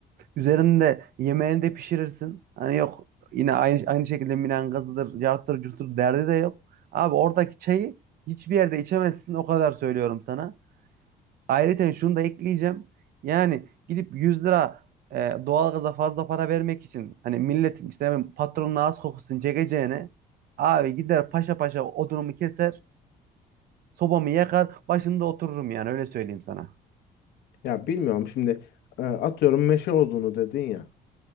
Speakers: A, on the right (about 60°); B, on the left (about 75°).
A: üzerinde yemeğini de pişirirsin. Hani yok yine aynı aynı şekilde minangazıdır, cartır curtur derdi de yok. Abi oradaki çayı hiçbir yerde içemezsin o kadar söylüyorum sana. Ayrıyeten şunu da ekleyeceğim. Yani gidip 100 lira e, doğalgaza fazla para vermek için hani milletin işte hemen patronun ağız kokusunu çekeceğine abi gider paşa paşa odunumu keser, sobamı yakar, başında otururum yani öyle söyleyeyim sana.
B: Ya bilmiyorum şimdi e, atıyorum meşe odunu dedin ya.